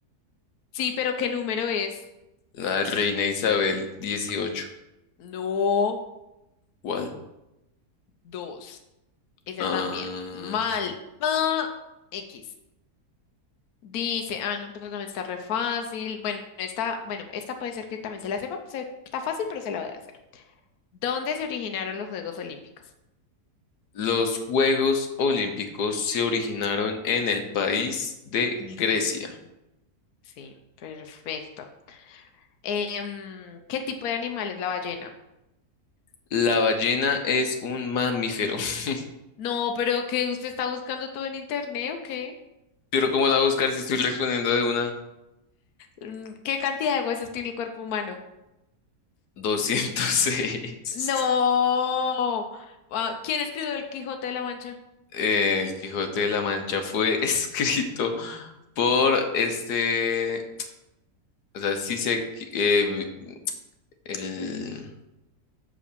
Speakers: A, on the left; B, on the left.
A: Sí, pero ¿qué número es?
B: la reina Isabel dieciocho
A: No,
B: ¿Cuál?
A: dos. Esa
B: Ah,
A: también. Mal. Ah, X. Dice, ah, no, pero también está re fácil. Bueno, esta, bueno, esta puede ser que también se la sepa, pues eh, está fácil, pero se la voy a hacer. ¿Dónde se originaron los Juegos Olímpicos?
B: los Juegos Olímpicos se originaron en el país de Grecia.
A: Sí, perfecto. Em, ¿qué tipo de animal es la ballena?
B: La ballena es un mamífero. <laughs>
A: No, pero que usted está buscando todo en internet, ¿o qué?
B: Pero ¿cómo la voy a buscar si estoy respondiendo de una?
A: Mm, ¿Qué cantidad de huesos tiene el cuerpo humano?
B: 206.
A: No. Ah, ¿Quién escribió El Quijote de la Mancha?
B: eh, El Quijote de la Mancha fue <laughs> escrito por este, o sea, sí sé qui- eh, el,